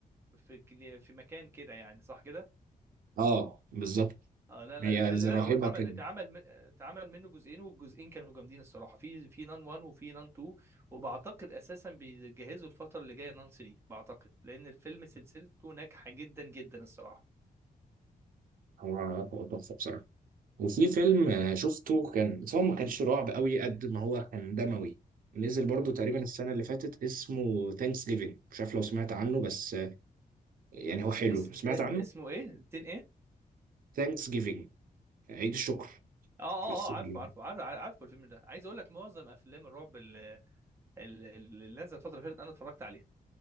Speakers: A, on the right; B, on the right.
A: في كن- في مكان كده يعني صح كده
B: اه بالظبط
A: اه لا لا
B: هي
A: الفيلم
B: زي
A: لا
B: راهبه
A: هو اتعمل
B: كده
A: اتعمل من- اتعمل منه جزئين والجزئين كانوا جامدين الصراحه في في نان 1 وفي نان 2 وبعتقد اساسا بيجهزوا الفتره اللي جايه نان 3 بعتقد لان الفيلم سلسلته ناجحه جدا جدا الصراحه
B: هو هو تحفه بصراحه وفي فيلم آه، شفته كان بس هو ما كانش رعب قوي قد ما هو كان دموي نزل برضو تقريبا السنه اللي فاتت اسمه ثانكس جيفينج مش عارف لو سمعت عنه بس آه، يعني هو حلو
A: اس...
B: سمعت
A: إيه-
B: عنه
A: اسمه ايه تين ايه
B: ثانكس جيفينج عيد الشكر
A: اه اه
B: بس بالليل
A: اه عارفه عارفه عارفه عارفه الفيلم ده عايز اقول لك معظم افلام الرعب ال- ال- ال- اللي نزلت الفتره اللي فاتت انا اتفرجت عليها